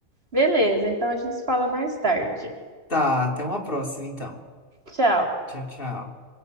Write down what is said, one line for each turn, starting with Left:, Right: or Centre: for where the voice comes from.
Right: Beleza, então a gente se fala mais tarde.
Left: Tá, até uma próxima então.
Right: Tchau.
Left: Tchau, tchau.